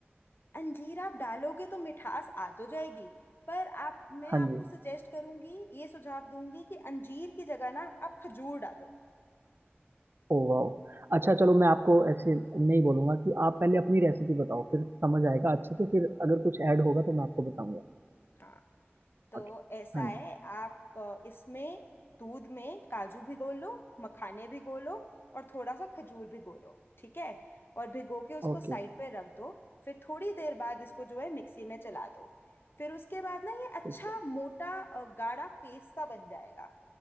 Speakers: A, on the left; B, on the right.
A: अंजीर आप डालोगे तो मिठास आ तो जाएगी पर आप मैं
B: हाँ
A: आपको
B: जी
A: सजेस्ट करूंगी ये सुझाव दूंगी कि अंजीर की जगह ना आप खजूर डालो
B: ओ वाह अच्छा चलो मैं आपको ऐसे नहीं बोलूंगा कि आप पहले अपनी रेसिपी बताओ फिर समझ आएगा अच्छे से फिर अगर कुछ ऐड होगा तो मैं आपको बताऊंगा
A: हाँ तो
B: ओके
A: ऐसा
B: हाँ
A: है
B: जी
A: आप अ, इसमें दूध में काजू भिगो लो मखाने भिगो लो और थोड़ा सा खजूर भिगो लो ठीक है और भिगो के उसको
B: ओके
A: साइड पे रख दो फिर थोड़ी देर बाद इसको जो है मिक्सी में चला दो फिर उसके बाद ना ये अच्छा
B: ठीक है
A: मोटा अ, गाढ़ा पेस्ट सा बन जाएगा